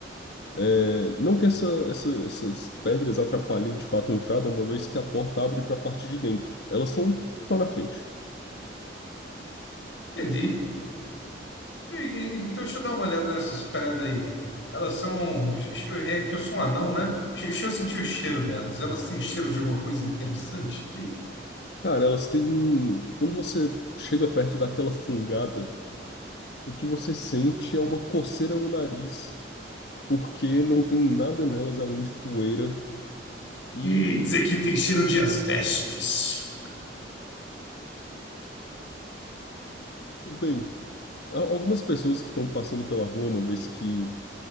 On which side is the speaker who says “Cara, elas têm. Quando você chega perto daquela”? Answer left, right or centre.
Left